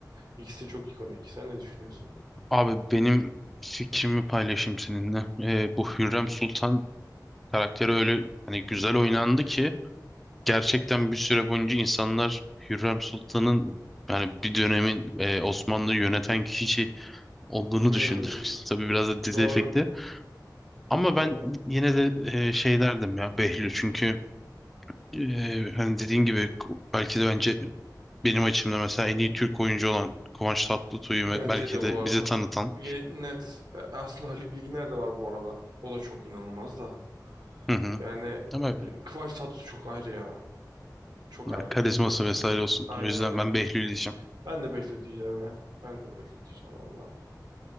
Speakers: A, on the right; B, in the centre.
A: İkisi de çok ikonik. Sen ne düşünüyorsun?
B: Abi benim fikrimi paylaşayım seninle. Ee, bu Hürrem Sultan karakteri öyle hani güzel oynandı ki gerçekten bir süre boyunca insanlar Hürrem Sultan'ın yani bir dönemin e, Osmanlı'yı yöneten kişi olduğunu
A: Hmm,
B: düşündüm. <laughs> Tabii biraz da dizi
A: doğru,
B: efekti. Ama
A: doğru.
B: ben yine de e, şey derdim ya Behlül çünkü e, hani dediğin gibi ku- belki de bence benim açımda mesela en iyi Türk oyuncu olan Kıvanç Tatlıtuğu me-
A: Bence
B: belki
A: de
B: de
A: bu arada.
B: bize tanıtan.
A: Ye- Net. E, Aslında Haluk Bilginer de var bu arada. O da çok inanılmaz da.
B: Hı hı.
A: Yani
B: Ama
A: e, Kıvanç Tatlıtuğ çok ayrı ya. Çok
B: ya,
A: ayrı
B: karizması
A: bilmiyorum
B: vesaire
A: ya.
B: olsun.
A: Aynen
B: O yüzden
A: aynen.
B: ben Behlül diyeceğim.
A: Ben de Behlül diyeceğim ya. Ben de Behlül diyeceğim valla.